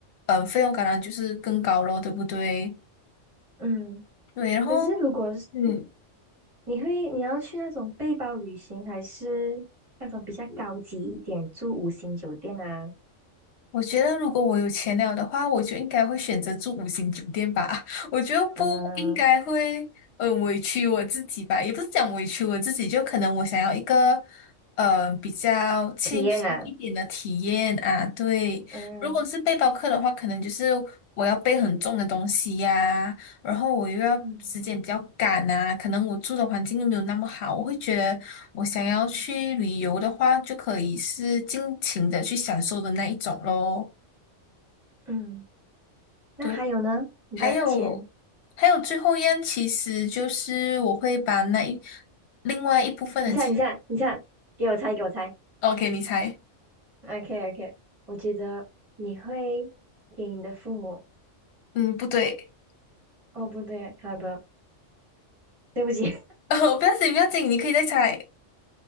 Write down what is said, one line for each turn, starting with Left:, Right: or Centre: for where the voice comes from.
Left: 嗯、呃费用当然就是更高咯，对不对？
Right: 嗯。
Left: 对，然后。
Right: 可是如果是
Left: 嗯，
Right: 你会你要去那种背包旅行，还是那种比较高级一点，住五星酒店啊，
Left: 我觉得如果我有钱了的话，我就应该会选择住五星酒店吧。<laughs> 我觉得不应该会嗯委屈我自己吧，
Right: 嗯，
Left: 也不是讲委屈我自己，就可能我想要一个呃比较轻松一点的体验啊。
Right: 体验啊，
Left: 对，
Right: 嗯
Left: 如果是背包客的话，可能就是我要背很重的东西呀、然后我又要时间比较赶啊，
Right: 嗯
Left: 可能我住的环境又没有那么好，我会觉得我想要去旅游的话，就可以是尽情的去享受的那一种咯。
Right: 嗯。那还有呢？
Left: 对，
Right: 你的钱，
Left: 还有还有最后一样，其实就是我会把那一另外一部分的钱
Right: 你看，你看，你看，给我猜，给我猜。
Left: ，OK，你猜，
Right: OK OK，我觉得你会给你的父母，
Left: 嗯，不对，
Right: 哦不对，好的，对不起 <laughs>
Left: <laughs> 哦，不要紧，不要紧，你可以再猜，